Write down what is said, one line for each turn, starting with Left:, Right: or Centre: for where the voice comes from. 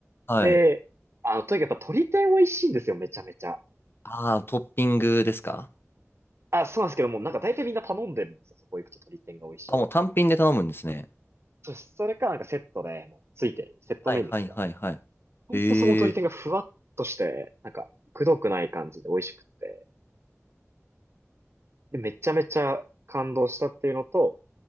Left: はい。
Right: ええあの、とにかくやっぱ鶏天美味しいんですよ、めちゃめちゃ。
Left: ああ、トッピングですか
Right: あ、そうなんですけども、なんか大体みんな頼んでるんですよ、そこ行くと鶏天が美味しいから。
Left: あ、もう単品で頼むんですね。
Right: そ、それかなんかセットで、もうついてる、セットメニューみたいな。
Left: はいはいはいはい。
Right: ほんとそこの鶏天がふわっとして、
Left: ええ
Right: なんか、くどくない感じで美味しくって、で、めちゃめちゃ感動したっていうのと、